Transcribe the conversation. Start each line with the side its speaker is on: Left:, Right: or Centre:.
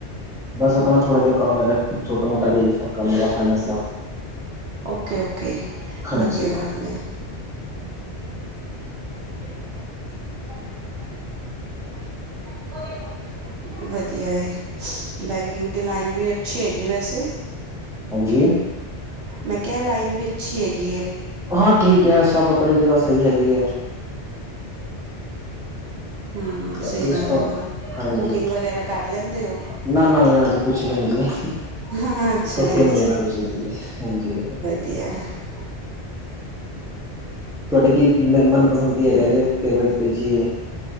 Centre: ਬਸ ਆਪਣਾ ਥੋੜਾ ਜਿਹਾ ਕੰਮ ਹੈਗਾ ਛੋਟਾ ਮੋਟਾ ਜਿਹਾ ਕੰਮ ਹੈਗਾ ਫਾਈਨੈਂਸ ਦਾ
Right: ਓਕੇ ਓਕੇ
Centre: ਹਾਂਜੀ
Right: ਵਧੀਆ ਗੱਲ ਹੈ, <inaudible> ਵਧੀਆ ਏ, ਬੈਂਕਿੰਗ ਦੀ ਲਾਈਨ ਵੀ ਅੱਛੀ ਹੈਗੀ ਵੈਸੇ।
Centre: ਹਾਂਜੀ
Right: ਮੈਂ ਕਿਹਾ ਲਾਈਨ ਵੀ ਅੱਛੀ ਹੈਗੀ ਏ।
Centre: ਹਾਂ ਠੀਕ ਹੈ ਸਭ ਆਪਣੀ ਜਗ੍ਹਾ ਸਹੀ ਹੈਗੇ ਹੈ।
Right: ਹੂੰ,
Centre: ਬਾਕੀ
Right: ਸਹੀ
Centre: ਉਸ
Right: ਗੱਲ
Centre: ਤੋਂ
Right: ਏ ਹੋਰ
Centre: ਹਾਂਜੀ
Right: ਕੁਕਿੰਗ ਵਗੈਰਾ ਕਰ ਲੈਂਦੇ ਹੋ।
Centre: ਨਾ ਨਾ ਜੀ ਅਜ ਕੁਛ ਵੀ ਨੀ ਜੀ।
Right: ਹਾਂ ਅੱਛਾ
Centre: ਕੁਕਿੰਗ
Right: ਜੀ
Centre: ਵਗੈਰਾ ਕੁਛ ਨਹੀ ਜੀ ਹਾਂਜੀ
Right: ਤੀ ਆ <unintelligible>
Centre: ਤੁਹਾਡੇ ਕੀ ਮਨਪਸੰਦ ਕੀ ਹੈਗਾ ਜੇ ਫੇਵਰਿਟ ਕੋਈ ਚੀਜ਼